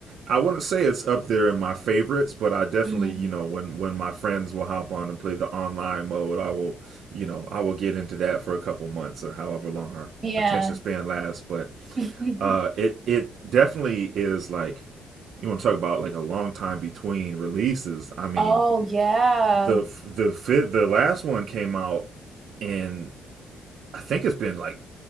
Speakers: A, on the right; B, on the right.
A: I wouldn't say it's up there in my favorites, but I definitely,
B: Mm.
A: you know, when when my friends will hop on and play the online mode, I will, you know, I will get into that for a couple months or however long our
B: Yeah.
A: attention span lasts. But
B: <laughs>
A: uh, it it definitely is like you want to talk about like a long time between releases. I mean,
B: Oh yeah.
A: the the fifth, the last one came out in I think it's been like